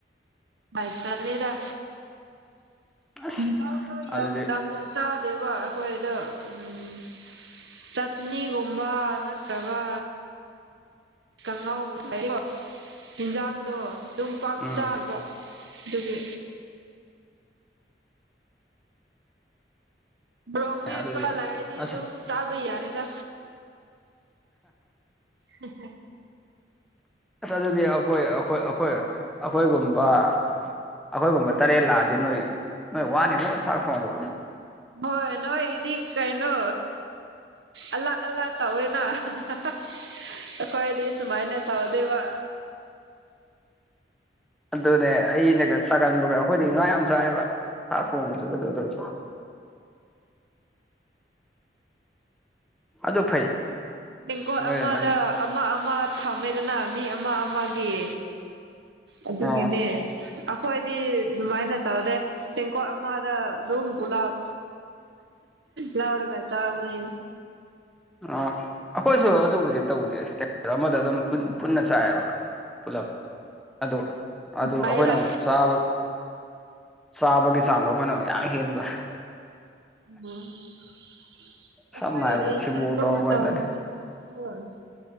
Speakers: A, on the right; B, in the centre.
A: ꯥꯑꯥꯏ ꯆꯜꯂꯦꯗ
B: ꯑꯁ
A: ꯌꯥꯝꯅ ꯌꯥꯝ
B: ꯑꯗꯨꯗꯤ
A: ꯌꯥꯝꯅ ꯆꯥꯗꯦꯕ ꯑꯩꯈꯣꯏꯗꯣ ꯎꯝ ꯆꯠꯅꯤꯒꯨꯝꯕ ꯅꯠꯇ꯭ꯔꯒ ꯀꯥꯡꯉꯥꯎꯒꯨꯝꯕ ꯍꯥꯏ ꯌꯤꯟꯖꯥꯡꯗꯣ ꯑꯗꯨꯝ ꯄꯥꯛ
B: ꯎꯝ
A: ꯆꯥꯗꯦꯕ ꯑꯗꯨꯒꯤ ꯃꯔꯣꯛ ꯃꯦꯠꯄꯥ
B: ꯑꯗꯨꯗꯤ
A: ꯂꯩꯔꯗꯤ
B: ꯑꯁ
A: ꯑꯗꯨꯝ ꯆꯥꯕ ꯌꯥꯔꯦꯗ ꯍꯦꯍꯦ
B: ꯑꯁ ꯑꯗꯨꯗꯤ ꯑꯈꯣꯏ ꯑꯈꯣꯏ ꯑꯈꯣꯏ ꯑꯈꯣꯏꯒꯨꯝꯕ ꯑꯈꯣꯏꯒꯨꯝꯕ ꯇꯔꯦꯠ ꯂꯥꯛꯑꯗꯤ ꯅꯣꯏ ꯅꯣꯏ ꯋꯥꯅꯤꯕꯨ ꯆꯥꯛ ꯊꯣꯡꯕ
A: ꯍꯣꯏ ꯅꯣꯏꯒꯤꯗꯤ ꯀꯩꯅꯣ ꯑꯂꯛ ꯑꯂꯛ ꯇꯧꯋꯦꯅ ꯍꯥ ꯍꯥ ꯑꯈꯣꯏꯗꯤ ꯁꯨꯃꯥꯏꯅ ꯇꯧꯗꯦꯕ
B: ꯑꯗꯨꯅꯦ ꯑꯩꯅꯒ ꯆꯒꯟꯕꯒ ꯑꯈꯣꯏꯗꯤ ꯉꯥ ꯌꯥꯝ ꯆꯥꯏꯌꯦꯕ ꯉꯥ ꯊꯣꯡꯕꯁꯨ ꯀꯩꯗꯧꯗꯔ꯭ ꯁꯨ ꯑꯗꯨ ꯐꯩ
A: ꯇꯦꯡꯒꯣꯠ
B: ꯅꯣꯏ
A: ꯑꯃꯗ
B: ꯑꯗꯨꯃꯥꯏꯅ
A: ꯑꯃ ꯑꯃ ꯐꯝꯃꯦꯗꯅ ꯃꯤ ꯑꯃ ꯑꯃꯒꯤ ꯑꯗꯨꯒꯤꯅꯦ
B: ꯑꯣ
A: ꯑꯈꯣꯏꯗꯤ ꯑꯗꯨꯃꯥꯏꯅ ꯇꯧꯗꯦ ꯇꯦꯡꯀꯣꯠ ꯑꯃꯗ ꯑꯗꯨꯝ ꯄꯨꯂꯞ ꯂꯧꯔꯒ ꯆꯥꯕꯅꯤ
B: ꯑꯥ ꯑꯈꯣꯏꯁꯨ ꯑꯗꯨꯕꯨꯗꯤ ꯇꯧꯗꯦ ꯇꯦꯡꯀꯣꯠ ꯑꯃꯗ ꯑꯗꯨꯝ ꯄꯨꯟꯅ ꯆꯥꯏꯑꯦꯕ ꯄꯨꯂꯞ ꯑꯗꯨ ꯑꯗꯨ
A: ꯐꯩꯗ
B: ꯑꯈꯣꯏꯅ ꯑꯃꯨꯛ ꯆꯥꯕ ꯆꯥꯕꯒꯤ ꯆꯥꯡꯗꯣ ꯑꯈꯣꯏꯅ ꯌꯥꯝ ꯍꯦꯟꯕ
A: <unintelligible>
B: ꯁꯝꯅ ꯍꯥꯏꯔꯕꯗ ꯊꯤꯕꯣꯡ ꯂꯥꯎꯕ ꯍꯥꯏꯇꯥꯔꯦ